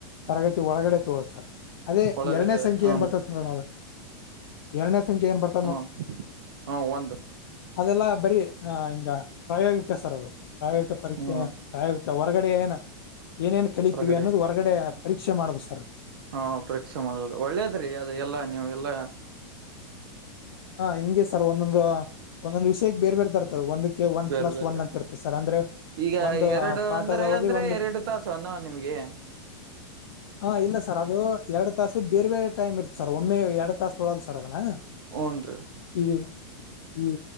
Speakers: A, on the left; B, on the right.
A: ತರಗತಿ ಒಳಗಡೆ ತೊಗೊಳೋದ್ ಸರ್. ಅದೇ
B: ಒಳಗದೆ
A: ಎರಡ್ನೆ ಸಂಖ್ಯೆ
B: ಹನ್ರಿ
A: ಏನ್ ಬರ್ತದ್ ನೋಡನ ಎರಡನೇ ಸಂಖ್ಯೆ ಏನ್ ಬರ್
B: ಹ್ಮ ಹ ಒ
A: ಅದೆಲ್ಲಾ ಬರೀ ಆ ಹಿಂಗ ಪ್ರಾಯೋಗಿಕ ಸರ್ ಅದು ಪ್ರಾಯೋಗಿಕ ಪರೀಕ್ಷೆ
B: ಹ್ಮ
A: ಪ್ರಾಯೋಗಿಕ ಹೊರಗಡೆ ಏನು ಏನೇನ್ ಕಲಿತೀವಿ
B: ಹೊರಗಡೆ
A: ಅನ್ನೋದು ಹೊರಗಡೆ ಪರೀಕ್ಷೆ ಮಾಡೋದು ಸರ್.
B: ಹಾ ಪರೀಕ್ಷೆ ಮಾಡೋದು ಒಳ್ಳೇದ್ರೀ ಅದು ಎಲ್ಲ ನಿಮಗೆಲ್ಲ.
A: ಹ ಹಿಂಗೆ ಸರ್ ಒಂದೊಂದು ಒಂದೊಂದು ವಿಷಯಕ್ಕೆ ಬೇರ್ ಬೇರ್ ತರತಾರೆ ಒಂದ್ ಕ್ಕೆ ಒನ್
B: ಬೇರೆ
A: ಪ್ಲಸ್
B: ಬೇರೆ
A: ಒನ್ ಅಂತಿರುತ್ತೆ ಸರ್ ಅಂದ್ರೆ?
B: ಈಗ
A: ಒಂದು
B: ಎರಡು
A: ಪಾಠದ
B: ಅಂದ್ರೆ
A: ಅವಧಿ
B: ಅಂದ್ರೆ
A: ಒಂದು
B: ಎರಡು ತಾಸ <unintelligible> ನಿಮ್ಗೆ?
A: <inaudible> ಹಾ ಇಲ್ಲ ಸರ್ ಅದು ಎರಡ್ ತಾಸು ಬೇರೆ ಬೇರೆ ಟೈಮ್ ಇರುತ್ ಸರ್ ಒಮ್ಮೆ ಎರಡ್ ತಾಸ ತೊಳಲ್ ಸರ್ ಅದನ್ನ
B: ಹೂನ್ರಿ
A: ಈ ಈ